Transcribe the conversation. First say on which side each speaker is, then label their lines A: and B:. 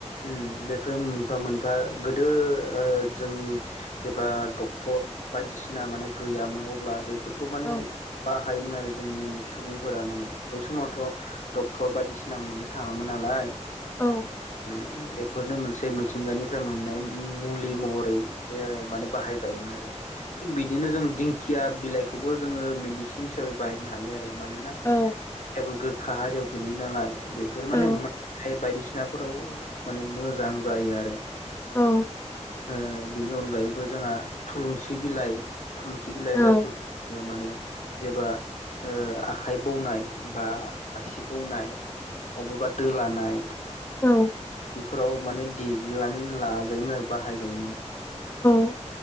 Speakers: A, on the left; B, on the left.
A: उम बेफोर मोनफा मोनफा गोदो ओ जोंनि जेब्ला डक्टर बायदिसिना माने गैयामोन अब्ला बेफोरखौ माने।
B: औ
A: बाहायोमोन आरो जोंनि सुबुंफोरा माने बै समावथ' डक्टर बायदिसिना मोननो थाङामोन नालाय।
B: औ।
A: ओ बेफोरनो मोनसे मिथिंगानिफ्राय मोननाय मुलि महरै ओ माने बाहायजायोमोन आरो। थिग बिदिनो जों दिंखिया बिलाइखौबो जोङो मेडिसिन हिसाबै बाहायनो हायो आरो मानोना
B: औ
A: याबो गोखा हारियाव गोलैयो नालाय। बेफोर माने
B: औ
A: <unintelligible> बायदिसिनाफोराव माने मोजां जायो आरो।
B: औ।
A: ओ बिनि अनगायैबो जोंहा थुलुंसि बिलाइ। थुलुंसि बिलाइ
B: औ
A: जायखौ ओ माने जेबा ओ आखाइ बौनाय बा आसि बौनाय अबेबा दोलानाय।
B: औ।
A: इफोराव माने देग्लिनानै लाजायोमोन आरो बाहायजायोमोन।
B: औ